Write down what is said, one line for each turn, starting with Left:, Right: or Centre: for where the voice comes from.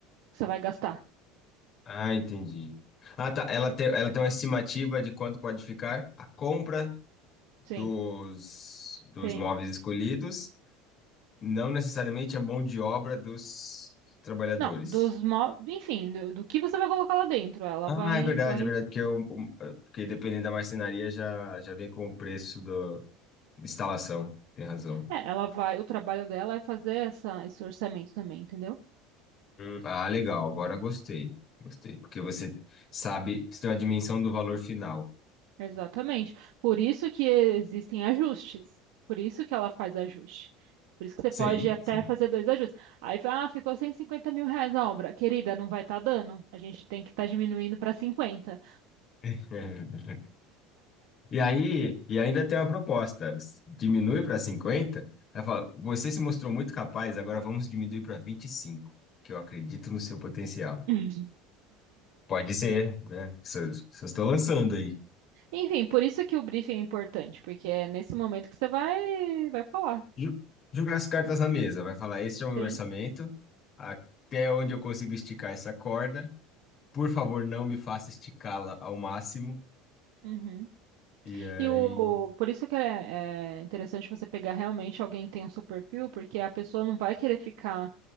Right: Que você vai gastar.
Left: Ah, entendi. Ah, tá. Ela tem, ela tem uma estimativa de quanto pode ficar a compra dos,
Right: Sim,
Left: dos
Right: tem.
Left: móveis escolhidos, não necessariamente a mão de obra dos trabalhadores.
Right: Não, dos, mo- enfim, do, do que você vai colocar lá dentro, ela
Left: Ah,
Right: vai,
Left: é verdade,
Right: vai,
Left: é verdade, porque, eu, porque dependendo da marcenaria já, já vem com o preço da instalação. Tem razão.
Right: é, ela vai, o trabalho dela é fazer essa, esse orçamento também, entendeu?
Left: Hum. Ah, legal, agora gostei. Gostei, porque você sabe, você tem uma dimensão do valor final.
Right: Exatamente. Por isso que existem ajustes. Por isso que ela faz ajuste. Por isso que você
Left: Sim,
Right: pode até
Left: sim.
Right: fazer dois ajustes. Aí, ah, ficou cento e cinquenta mil reais a obra. Querida, não vai estar dando. A gente tem que estar diminuindo para cinquenta.
Left: <laughs> E aí, e ainda tem uma proposta, diminui para 50 aí fala, você se mostrou muito capaz, agora vamos diminuir para 25 que eu acredito no seu potencial.
Right: <laughs>
Left: Pode ser, né? Só, só estou lançando aí.
Right: Enfim, por isso que o briefing é importante, porque é nesse momento que você vai, vai falar.
Left: Ju- Jogar as cartas na mesa, vai falar, este é o meu
Right: Sim.
Left: orçamento, até onde eu consigo esticar essa corda, por favor, não me faça esticá-la ao máximo,
Right: Uhum.
Left: e aí...
Right: E o, por isso que é, é interessante você pegar realmente alguém que tem o seu perfil, porque a pessoa não vai querer ficar